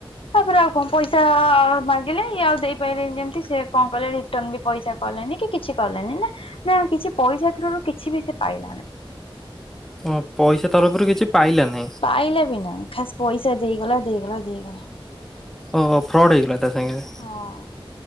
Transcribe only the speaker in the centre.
ଓ ପଇସା ତରଫରୁ କିଛି ପାଇଲା ନାଇଁ।
ଓ ହ ଫ୍ରଡ଼ ହେଇଗଲା ତା ସାଙ୍ଗେରେ।